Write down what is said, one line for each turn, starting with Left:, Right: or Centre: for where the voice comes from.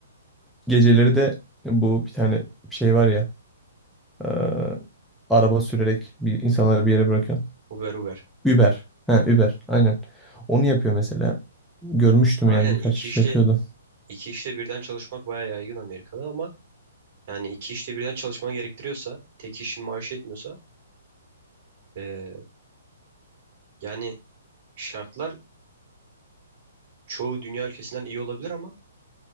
Centre: Geceleri de bu bir tane şey var ya. e, araba sürerek bir insanları bir yere bırakıyor.
Right: Uber Uber.
Centre: Uber. Ha, Uber. Aynen. Onu yapıyor mesela. Görmüştüm
Right: Aynen
Centre: yani birkaç
Right: iki
Centre: kişi
Right: işte
Centre: yapıyordu.
Right: iki işte birden çalışmak bayağı yaygın Amerika'da ama yani iki işte birden çalışman gerektiriyorsa tek işin maaşı yetmiyorsa ee, yani şartlar çoğu dünya ülkesinden iyi olabilir ama